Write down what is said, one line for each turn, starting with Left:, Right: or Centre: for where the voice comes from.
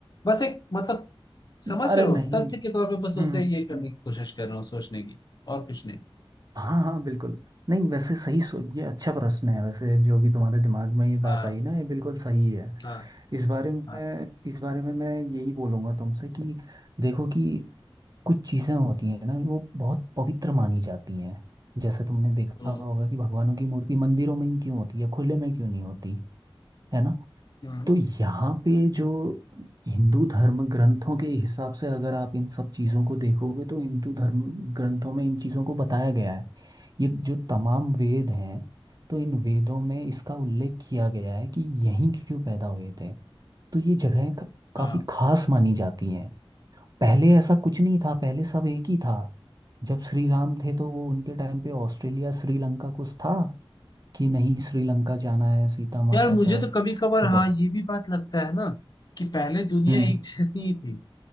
Left: बस एक मतलब समझ
Right: अरे
Left: रहे
Right: नहीं
Left: हो तथ्य के तौर पे बस
Right: हम्म
Left: उसे ये करने
Right: हम्म।
Left: की कोशिश कर रहा हूँ सोचने की और कुछ नहीं
Right: हाँ हाँ बिल्कुल नहीं वैसे सही सो ये अच्छा प्रश्न है वैसे जो भी तुम्हारे दिमाग में ये बात
Left: हाँ
Right: आई ना ये बिल्कुल सही है
Left: हाँ
Right: इस बारे में
Left: हाँ
Right: इस बारे में मैं यही बोलूँगा तुमसे कि देखो कि कुछ चीज़ें होती हैं ना वो बहुत पवित्र मानी जाती हैं जैसे तुमने देखा
Left: हम्म
Right: होगा कि भगवानों की मूर्ति मंदिरों में ही क्यों होती है खुले में क्यों नहीं होती है ना
Left: हम्म।
Right: तो यहाँ पे जो हिंदू धर्म ग्रंथों के हिसाब से अगर आप इन सब चीज़ों को देखोगे तो हिंदू धर्म ग्रंथों में इन चीज़ों को बताया गया है ये जो तमाम वेद हैं तो इन वेदों में इसका उल्लेख किया गया है कि यहीं क्यों पैदा हुए थे तो ये जगहें का,
Left: हाँ
Right: काफ़ी खास मानी जाती हैं पहले ऐसा कुछ नहीं था पहले सब एक ही था जब श्री राम थे तो वो उनके टाइम पे ऑस्ट्रेलिया श्रीलंका कुछ था कि नहीं श्रीलंका जाना है सीता माता
Left: यार मुझे
Right: का
Left: तो कभी कभार
Right: जब
Left: हाँ ये भी बात लगता है ना कि पहले दुनिया
Right: अब
Left: एक जैसी ही थी